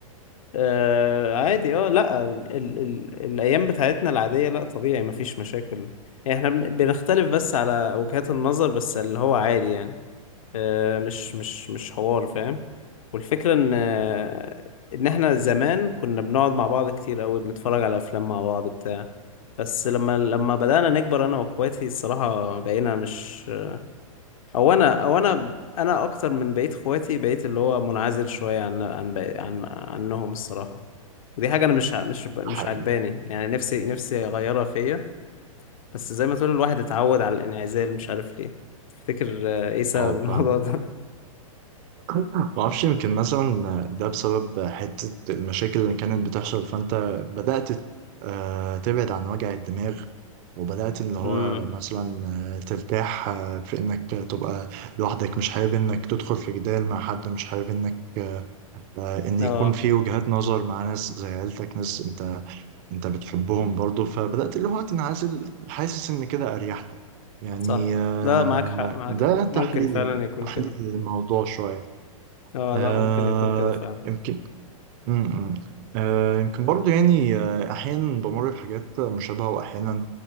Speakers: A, on the left; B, on the right.
A: آه عادي اه لا ال ال ال الايام بتاعتنا العادية لا طبيعي مفيش مشاكل يعني احنا بن- بنختلف بس على وجهات النظر بس اللي هو عادي يعني آه، مش مش مش حوار فاهم والفكرة ان آه، ان احنا زمان كنا بنقعد مع بعض كتير قوي بنتفرج على افلام مع بعض بتاع بس لما لما بدأنا نكبر انا واخواتي الصراحة بقينا مش او انا او انا انا اكتر من بقية اخواتي بقيت اللي هو منعزل شوية عن عن بقي- عن عنهم الصراحة ودي حاجة انا مش ع- مش ب-
B: حقيقة
A: مش عجباني يعني نفسي نفسي اغيرها فيا بس زي ما تقول الواحد اتعود على الانعزال مش عارف ليه تفتكر آه، ايه سبب
B: اه فاهمك
A: الموضوع ده
B: ما اعرفش يمكن مثلا ده بسبب حتة المشاكل اللي كانت بتحصل فانت بدأت آه، تبعد عن وجع الدماغ وبدأت اللي هو
A: <laughs>
B: مثلا آه، ترتاح آه، في انك تبقى لوحدك مش حابب انك تدخل في جدال مع حد مش حابب انك آه، آه، ان يكون
A: اه
B: في وجهات نظر مع ناس زي عيلتك ناس انت انت بتحبهم برضو فبدأت اللي هو تنعزل حاسس ان كده اريح لك يعني
A: صح
B: آه،
A: لا معاك حق معاك
B: ده
A: حق
B: تحليلي
A: ممكن فعلا يكون
B: تحليل
A: كده
B: الموضوع شوية
A: اه
B: آه
A: لا ممكن يكون كده فعلا
B: يمكن م- م. آه يمكن برضو يعني آه أحيانا بمر بحاجات مشابهة وأحيانا